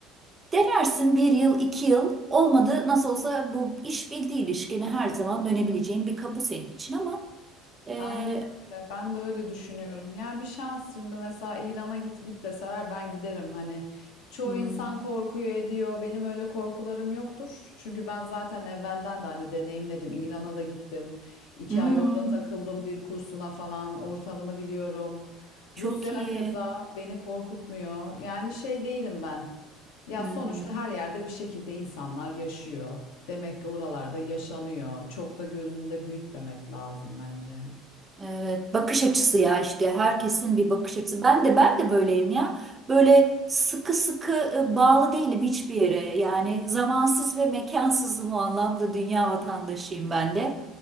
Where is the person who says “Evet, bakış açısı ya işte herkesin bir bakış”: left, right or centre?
Right